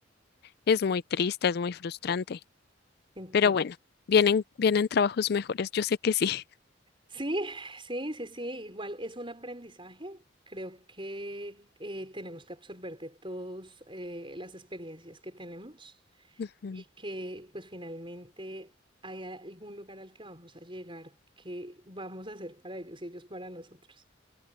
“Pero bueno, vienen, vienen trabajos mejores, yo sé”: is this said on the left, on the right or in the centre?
Left